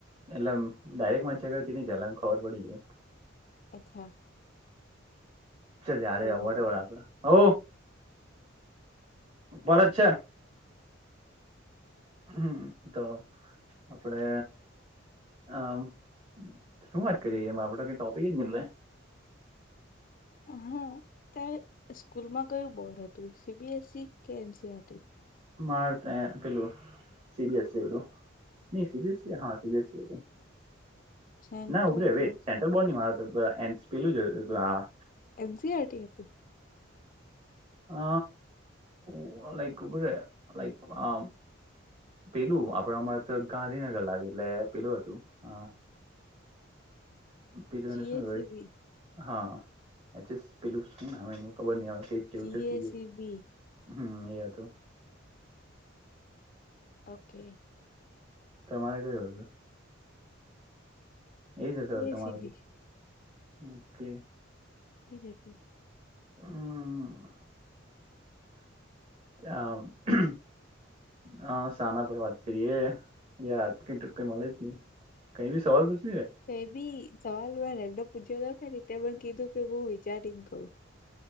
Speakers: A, on the right; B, on the left.
A: એટલે એમ ડાયરેક્ટમાંચ્યા કરતી ની ચાલે એમ ખબર પડી જાય.
B: અચ્છા.
A: ચલ, જાવાદે
B: કોઈ
A: <unintelligible>
B: વાત
A: આપડા
B: નહી.
A: અહો! બર જ છે. હમમ! તો આપડે આમ શું વાત કરીએ? એમાં આપડે કઈ ટોપિક જ ની મ્લે
B: હા, ત્યારે સ્કૂલમાં કયું બોર્ડ હતું સીબીએસઇ કે એનસીઆર
A: મારતે પેલું સી બી એસી હતું. ની સી બી એસી હા, સી બીએ સી હતું.
B: સેન્ટ્રલ
A: ના ઉભરે વેટ
B: બોર્ડ
A: સેન્ટ્રલ બોર્ડની મારે તો એનસ પેલું જ તું આ આ.
B: એન સી આર ટી એ <unintelligible>
A: અ ઉ લાઈક ઉભો રે લાઈક આ પેલું આપણા માં તો ગાંધીનગર લાગે એટલે પેલું હતું. અ પેલું
B: જીએસીબી
A: એને શું કેવાય? હા <unintelligible> ચસ પેલું શું નામ એનું ખબર ની હવે તે. કેવું
B: જીએસીબી
A: છે સિરિયલ હમ એ હતું.
B: ઓકે!
A: તમારે કયું હતું? એ જ હશેર
B: જીએસીબી
A: વડી તમારે બી ઓકે.
B: એ જ હતું.
A: હમ હ હા, સાના પર વાત કરીયે, યાર <unintelligible> કઈ મલે જ ની. કઈ બી સવાલ પૂછ.
B: તો એ બી સવાલ હોય ને પૂછ્યો <unintelligible> પણ કીધું કે હું વિચારીને કઉ.